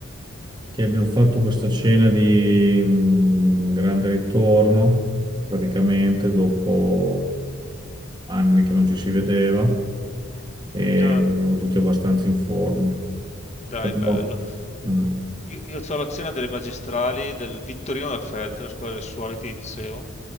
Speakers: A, on the right (about 20°); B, on the left (about 30°).
A: che abbiamo fatto questa cena di mm, grande ritorno, praticamente dopo anni che non ci si vedeva e
B: Ah.
A: erano tutti abbastanza in forma.
B: Dai,
A: Però,
B: bello.
A: mm,
B: Io, io c'ho la cena delle magistrali del Vittorino da Feltre, la scuola del suore che ti dicevo.